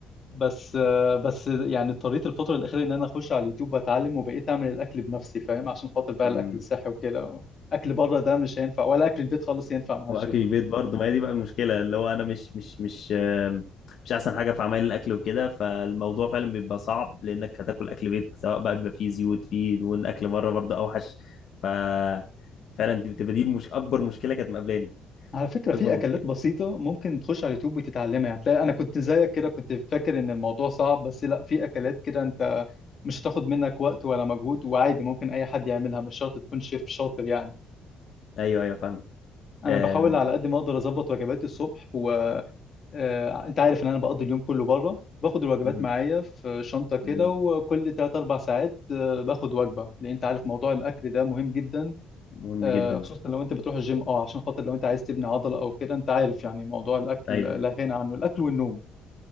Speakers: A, on the left; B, on the left.
A: بس آه، بس يعني اضطريت الفترة الأخيرة إن أنا أخش على اليوتيوب وأتعلم وبقيت أعمل الأكل بنفسي فاهم عشان خاطر بقى
B: مم.
A: الأكل الصحي وكده أكل بره ده مش هينفع ولا أكل البيت خالص ينفع مع
B: واكل
A: الجيم
B: البيت برضه ما هي دي بقى المشكله اللي هو انا مش مش مش آم، مش احسن حاجه في عمل الاكل وكده فالموضوع فعلا بيبقى صعب لانك هتاكل اكل بيت سواء بقى بيبقى فيه زيوت فيه دهون اكل بره برضه اوحش ف فعلا دي بتبقى دي المش... اكبر مشكله كانت مقابلاني
A: على فكرة
B: اكبر
A: في
B: مشكله
A: أكلات بسيطة ممكن تخش على اليوتيوب وتتعلمها يعني تلاقي أنا كنت زيك كده كنت فاكر إن الموضوع صعب بس لا في أكلات كده أنت مش هتاخد منك وقت ولا مجهود وعادي ممكن أي حد يعملها مش شرط تكون شيف شاطر يعني
B: ايوه ايوه فاهمك
A: أنا
B: آم،
A: بحاول على قد ما أقدر أظبط وجباتي الصبح و... آه، انت عارف ان انا بقضي اليوم كله بره باخد الوجبات
B: مم،
A: معايا في شنطه كده
B: جميل
A: وكل 3 4 ساعات آه، باخد وجبه لان انت عارف موضوع الاكل ده مهم جدا
B: مهم
A: آه،
B: جدا
A: خصوصا لو انت بتروح الجيم اه عشان خاطر لو انت عايز تبني عضله او كده انت عارف يعني موضوع الاكل
B: ايوه
A: لا
B: ايوه
A: غنى عنه الاكل والنوم